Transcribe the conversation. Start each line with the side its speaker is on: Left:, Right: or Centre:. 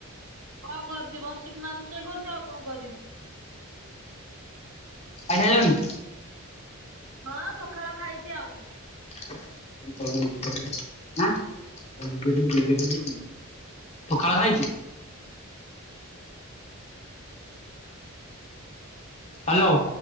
Right: କଣ କରୁଛି ବସିକି ନା ରୋଷେଇ କରୁଛି ଆଉ କଣ କରିବି।
Left: ଖାଇ ସାଇଲନି।
Right: ହଁ ପଖାଳ ଖାଇଛି ଆଉ।
Left: <unintelligible> ପଖାଳ ଖାଇଛୁ।
Right: ହୁଁ।
Left: ହ୍ୟାଲୋ।